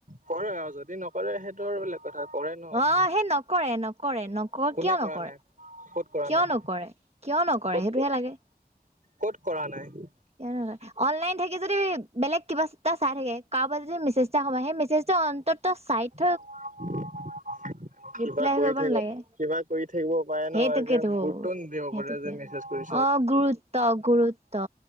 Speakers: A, on the right; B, on the right.
A: কৰে আৰু যদি নকৰে সেইটো আৰু বেলেগ কথা কৰে ন মানুহে
B: আহ সেই নকৰে নকৰে নক
A: কোনে
B: কিয়
A: কৰা
B: নকয়ে।
A: নাই ক'ত কৰা
B: কিয়
A: নাই
B: নকৰে কিয় নকৰে
A: ক'ত
B: সেইটোহে লাগে।
A: ক'ত কৰা নাই।
B: কিয়যে অনলাইন থাকি যদি বেলেগ কিবাটা চাই থাকে। যদি মেছেজটা সোমায় সেই মেছেজটো অন্ততঃ চাইট
A: <unintelligible>
B: ৰিপ্লাই
A: কিবা কৰি
B: কৰিব
A: থাকিব,
B: নালাগে
A: কিবা কৰি থাকিব পাৰে
B: সেইটোকেতো
A: নহয় যে গুৰুত্ব নিদিব
B: সেইটোকে
A: পাৰে যে মেছেজ কৰি
B: অ গুৰুত্ব গুৰুত্ব